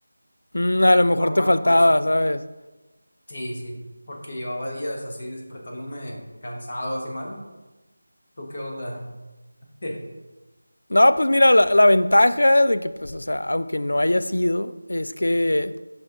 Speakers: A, on the left; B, on the left.
A: Mm, a lo mejor
B: normal,
A: te faltaba,
B: pues.
A: ¿sabes?
B: Sí, sí, porque llevaba días así despertándome cansado, así mal. ¿Tú qué onda? <laughs>
A: No, pues mira, la, la ventaja de que, pues, o sea, aunque no haya sido, es que,